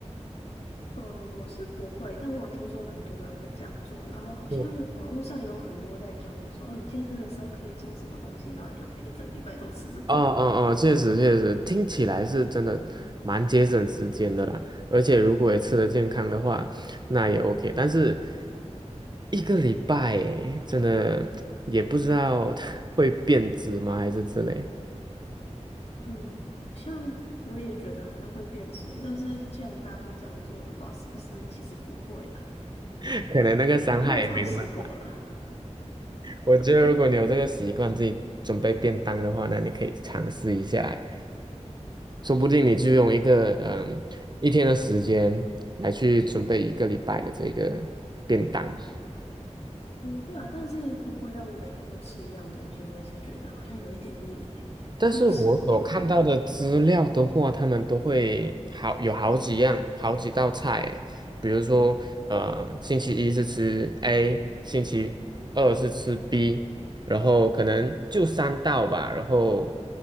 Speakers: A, on the left; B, on the right.
A: 嗯，我是不会，但我有听说蛮多人会这样做，然后好像网络上也有很多在教你说，
B: 对。
A: 哦，你健身的时候可以做什么东西，然后你就可以一整个礼拜都吃这个。
B: 哦哦哦，确实确实，听起来是真的蛮节省时间的啦。而且如果也吃得健康的话，那也 OK。但是一个礼拜诶，真的也不知道 <laughs> 会变质吗，还是之类，
A: 嗯，好像我也觉得好像会变质欸，但是既然大家都这样做的话，是不是其实不会啊？
B: <laughs> 可能那个伤害也没那么大。
A: 我没有尝试过啦，<laughs> 对，
B: 我觉得如果你有这个习惯，自己准备便当的话，那你可以尝试一下，说不定你就用一个嗯一天的时间来去准备一个礼拜的这个便当。
A: 嗯，对啊，但是如果要我每天都吃一样东西，我也是觉得好像有一点腻。
B: 但是我所看到的资料的话，
A: 你有试过吗？
B: 他们都会好有好几样、好几道菜诶比如说，呃，星期一是吃 A，星期二是吃 B，然后可能就三道吧，然后